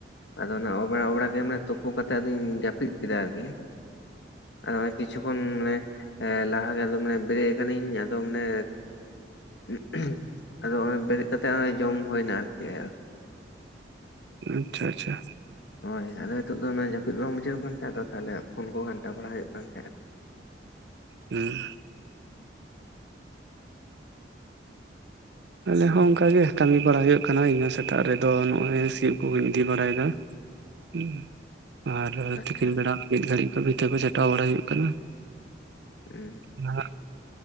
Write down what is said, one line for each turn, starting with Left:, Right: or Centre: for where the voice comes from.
Left: ᱟᱫᱚ ᱚᱱᱟ ᱚᱵᱮᱲᱟ ᱚᱵᱮᱲᱟ‌ ᱜᱮ ᱢᱟᱱᱮ ᱛᱩᱯᱩ ᱠᱟᱛᱮᱜ ᱟᱫᱚᱧ ᱡᱟᱹᱯᱤᱫ ᱠᱮᱫᱟ ᱟᱨᱠᱤ ᱾ ᱟᱨ ᱱᱚᱜ-ᱚᱭ ᱠᱤᱪᱷᱩ ᱠᱷᱚᱱ ᱢᱟᱱᱮ ᱮᱸ ᱞᱟᱦᱟ ᱜᱮ ᱟᱫᱚ ᱢᱟᱱᱮ ᱵᱮᱨᱮᱫ ᱟᱠᱟᱱᱟᱹᱧ ᱟᱫᱚ ᱢᱟᱱᱮ <unintelligible> ᱟᱫᱚ ᱵᱮᱨᱮᱫ ᱠᱟᱛᱮᱜ ᱦᱚᱜ-ᱚᱭ ᱡᱚᱢ ᱦᱩᱭᱱᱟ ᱟᱨᱠᱤ ᱾
Right: ᱟᱪᱪᱷᱟ ᱟᱪᱪᱷᱟ ᱾
Left: ᱦᱳᱭ ᱟᱫᱚ ᱦᱤᱛᱳ ᱫᱚ ᱚᱱᱟ ᱡᱟᱹᱯᱤᱫ ᱵᱟᱝ ᱵᱩᱡᱷᱟᱹᱣ ᱠᱟᱱ ᱛᱟᱦᱮᱸ ᱟᱫᱚ ᱛᱟᱦᱚᱞᱮ ᱯᱷᱳᱱ ᱠᱚ ᱜᱷᱟᱱᱴᱟ ᱵᱟᱲᱟ ᱦᱩᱭᱩᱜ ᱠᱟᱱ ᱛᱟᱦᱮᱸᱫᱼᱟ ᱾
Right: ᱦᱩᱸ ᱾ ᱟᱞᱮ ᱦᱚᱸ ᱚᱱᱠᱟ ᱜᱮ ᱠᱟᱹᱢᱤ ᱵᱟᱲᱟ ᱦᱩᱭᱩᱜ ᱠᱟᱱᱟ ᱤᱧᱦᱚᱸ ᱥᱮᱛᱟᱜ ᱨᱮᱫᱚ ᱱᱚᱜ-ᱚᱭ ᱥᱤᱭᱚᱜ ᱠᱚᱹᱧ ᱤᱫᱤ ᱵᱟᱲᱟᱭᱮᱫᱟ ᱾ ᱦᱩᱸ ᱾ ᱟᱨ
Left: ᱟᱨᱠᱤ ᱟᱪᱪᱷᱟ
Right: ᱛᱤᱠᱤᱱ ᱵᱮᱲᱟ ᱢᱤᱫ ᱜᱷᱟᱹᱲᱤᱡ ᱠᱚ ᱵᱷᱤᱛᱟᱹ ᱠᱚ ᱪᱷᱟᱴᱟᱣ ᱵᱟᱲᱟ ᱦᱩᱭᱩᱜ ᱠᱟᱱᱟ ᱾
Left: ᱦᱩᱸ ᱾
Right: ᱱᱟᱦᱜ